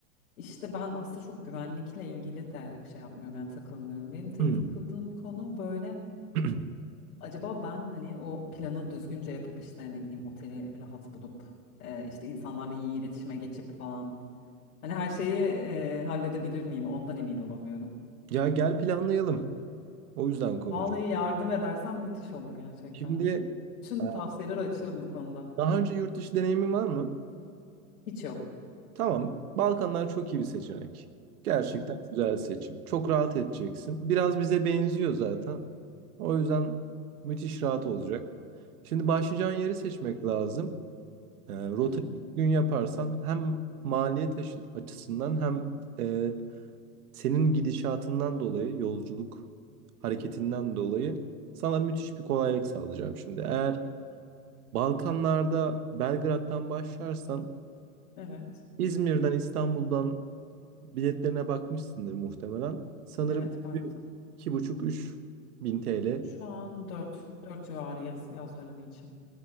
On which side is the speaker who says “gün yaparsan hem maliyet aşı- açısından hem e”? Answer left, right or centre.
Right